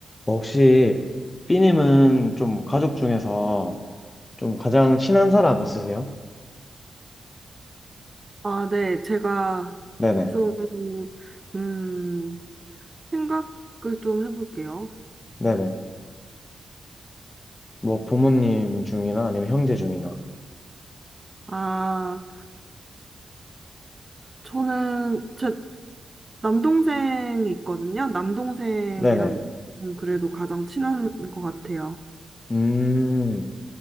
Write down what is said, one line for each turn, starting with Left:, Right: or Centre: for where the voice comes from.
Left: 혹시 B님은 좀 가족 중에서 좀 가장 친한 사람 있으세요?
Right: 아, 네. 제가
Left: 네네.
Right: 좀, 음, 생각을 좀 해볼게요.
Left: 네네. 뭐 부모님 중이나 아니면 형제 중이나.
Right: 아, 저는 제 남동생이 있거든요. 남동생이랑
Left: 네네.
Right: 음, 그래도 가장 친한 것 같아요.
Left: 음,